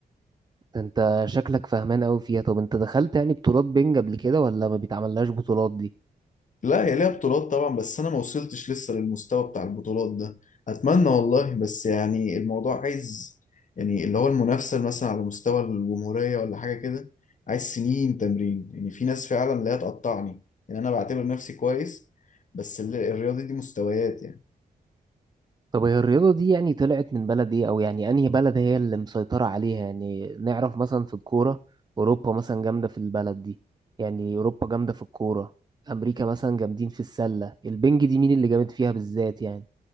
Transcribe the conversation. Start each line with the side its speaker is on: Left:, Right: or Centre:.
Right: ده انت شكلك فهمان قوي فيها طب انت دخلت يعني بطولات بينج قبل كده ولا ما بيتعملهاش بطولات دي
Left: لا هي ليها بطولات طبعا بس انا ما وصلتش لسه للمستوى بتاع البطولات ده اتمنى والله بس يعني الموضوع عايز يعني اللي هو المنافسه مثلا على مستوى الجمهوريه ولا حاجه كده عايز سنين تمرين يعني في ناس فعلا لا تقطعني يعني انا بعتبر نفسي كويس بس ال- الرياضه دي مستويات يعني
Right: طب هي الرياضة دي يعني طلعت من بلد ايه او يعني انهي بلد هي اللي مسيطرة عليها يعني نعرف مثلا في الكورة اوروبا مثلا جامدة في البلد دي يعني اوروبا جامدة في الكورة امريكا مثلا جامدين في السلة البينج دي مين اللي جامد فيها بالذات يعني